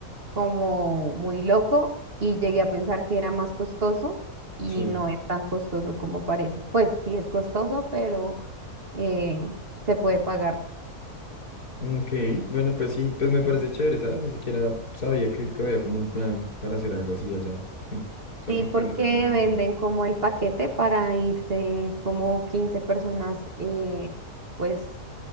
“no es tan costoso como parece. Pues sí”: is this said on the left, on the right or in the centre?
Right